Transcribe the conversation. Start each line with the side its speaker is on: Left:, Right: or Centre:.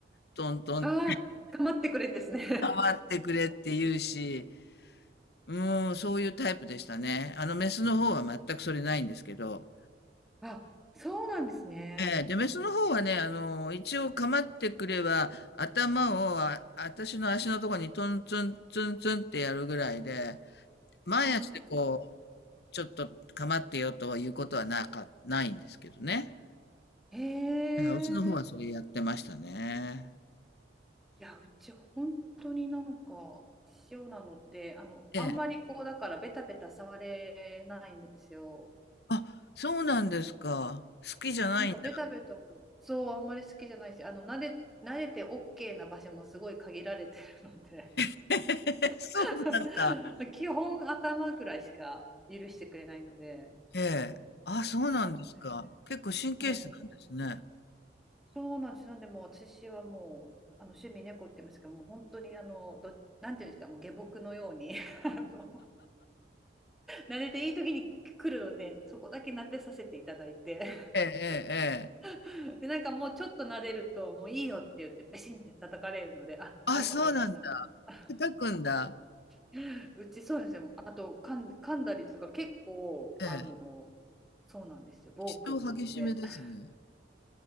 Left: トントン
Centre: ああ、構ってくれですね
Left: 頑張ってくれって言うし、もうそういうタイプでしたね。あの、メスの方は全くそれないんですけど。
Centre: <laughs> あ、そうなんですね。
Left: ええ、で、メスの方はね、あの、一応構ってくれば、頭をあ、私の足のとこにトンツンツンツンってやるぐらいで、前足でこう、
Centre: ああ、
Left: ちょっと構ってよということはなか、ないんですけどね。
Centre: へ
Left: うんオスの方はそれやってましたね。
Centre: え。いや、うち本当になんか塩なので、あの、
Left: ええ。
Centre: あんまりこう、だからベタベタ触れないんですよ。
Left: あ、そうなんですか。好きじゃないんだ。
Centre: なんかベタベタも、そう、あんまり好きじゃないし、あの、慣れ、慣れて OK な場所もすごい限られてるので
Left: <laughs> そうなんだ。
Centre: <laughs> 基本頭ぐらいしか許してくれないので、
Left: ええ。あ、そうなんですか。
Centre: あのね、
Left: 結構神経質なんですね。
Centre: もう、そうなんです。なんでもう私はもうあの趣味猫って言いますけど、もう本当にあのど、なんていうんですか、もう下僕のように <laughs> あの撫でていい時に来るのでそこだけ撫でさせていただいて
Left: ええ、ええ、ええ。
Centre: <laughs> でなんかもうちょっと撫でるともういいよって言ってベシンって叩かれるのであはいわかりましたみたいな
Left: あ、そうなんだ。叩くんだ。
Centre: <laughs> うちそうですよあと噛ん噛んだりとか結構あの
Left: ええ。
Centre: そうなんですよ暴君なので
Left: 気性激しめですね。
Centre: <laughs>